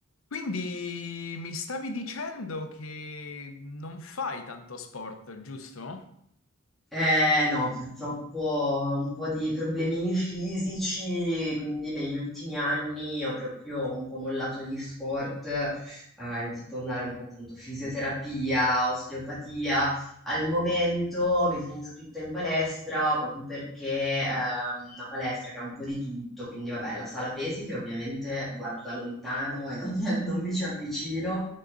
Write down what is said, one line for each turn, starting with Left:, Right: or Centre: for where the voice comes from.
Left: Quindi mi stavi dicendo che non fai tanto sport, giusto?
Centre: Eh no, purtroppo un po' di problemini fisici, quindi negli ultimi anni ho proprio un po' mollato gli sport, eh, ho iniziato a andare un po' appunto fisioterapia, osteopatia. Al momento mi sono iscritta in palestra proprio perché è una palestra che ha un po' di tutto, quindi vabbè, la sala pesi che ovviamente guardo da lontano e non mi, <laughs> non mi ci avvicino,